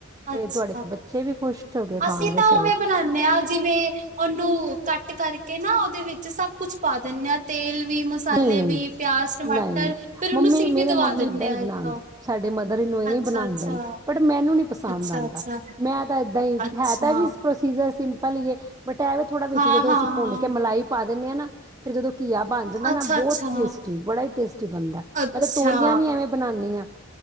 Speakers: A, on the right (about 20°); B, on the right (about 40°).
A: ਤੇ
B: ਅੱਛਾ
A: ਤੁਹਾਡੇ ਬੱਚੇ ਵੀ ਖੁਸ਼ ਹੋ ਕੇ ਖਾਣਗੇ
B: ਅਸੀਂ ਤਾਂ
A: ਸਗੋਂ
B: ਉਵੇ ਬਣਾਨੇ ਆ ਜਿਵੇਂ, ਉਹਨੂੰ ਕੱਟ ਕਰਕੇ ਨਾ ਉਹਦੇ ਵਿੱਚ ਸਭ ਕੁਛ ਪਾ ਦਿੰਨੇ ਆ ਤੇਲ ਵੀ ਮਸਾਲੇ
A: ਨਹੀਂ ਨਹੀਂ
B: ਵੀ ਪਿਆਜ ਟਮਾਟਰ
A: ਨਹੀਂ
B: ਫੇਰ ਉਹਨੂੰ
A: ਮੰਮੀ
B: ਸੀਟੀ
A: ਮੇਰੇ
B: ਦਵਾ
A: ਮੰਮੀ
B: ਦਿੰਨੇ
A: ਏਦਾਂ ਹੀ
B: ਆ
A: ਬਣਾਉਂਦੇ
B: ਇੱਕ
A: ਸਾਡੇ ਮਦਰ ਇਣਲੋ ਇਵੇਂ
B: ਅੱਛਾ-ਅੱਛਾ,
A: ਬਣਾਦੇ ਨੇ ਬਟ ਮੈਨੂੰ ਨੀ ਪਸੰਦ
B: ਅੱਛਾ-ਅੱਛਾ,
A: ਆਦਾ ਮੈਂ ਤਾਂ ਏਦਾਂ ਹੀ
B: ਅੱਛਾ
A: ਹੈ ਤਾਂ ਐਵੀ ਪ੍ਰੋਸੀਜਰ ਪਾ ਲਈਏ ਬਟ ਇਹ ਵੀ ਥੋੜਾ ਵਿੱਚ
B: ਹਾਂ-ਹਾਂ,
A: ਜਦੋਂ ਅਸੀਂ ਭੁੰਨ ਕੇ ਮਲਾਈ ਪਾ ਦਿੰਨੇ ਆ ਨਾ ਫੇਰ ਜਦੋਂ ਘੀਆ ਬਣ ਜਾਂਦਾ
B: ਅੱਛਾ-ਅੱਛਾ,
A: ਨਾ ਬਹੁਤ ਟੇਸਟੀ ਬੜਾ ਈ ਟੇਸਟੀ ਬਣਦਾ
B: ਅੱਛਾ,
A: ਮੈਂ ਤਾਂ ਤੋਰੀਆਂ ਵੀ ਐਵੇਂ ਬਣਾਨੀ ਆ